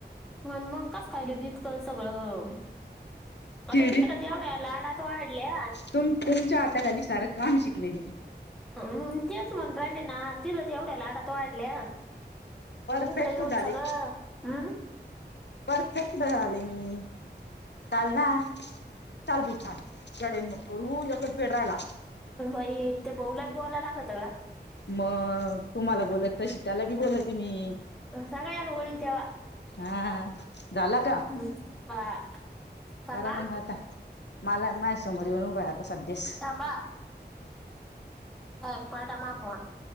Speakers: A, in the centre; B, on the left.
A: होय मग कसं काय, लगी इतकं सगळं
B: किडीत
A: आता तिकडं एवढ्या लाडात वाढलिया.
B: तुम तुमच्या हाता खाली सारं काम शिकले मी,
A: हम्म! तेच म्हणू राहिले ना, तिथं तरं एवढ्या लाडात वाढल्या
B: परफेक्ट
A: पण इकडे येऊन
B: झाले
A: सगळं, हम्म!
B: परफेक्ट झाले मी! चालंना, चालं बू चालं, येड्यावनी नको करु, एकच बेड राहिला.
A: बाई त्या भाऊलाच बोलायं लागत का?
B: मग तुम्हाला बोलतं, तशी त्याला बी बोलते मी.
A: सगळ्यांना वळी तेव्हा.
B: हा झाला का?
A: हं. हा थांबा
B: करा मग आता. मला माह्या समोर येउन उभा हे आता सध्यास.
A: थांबा. <unintelligible>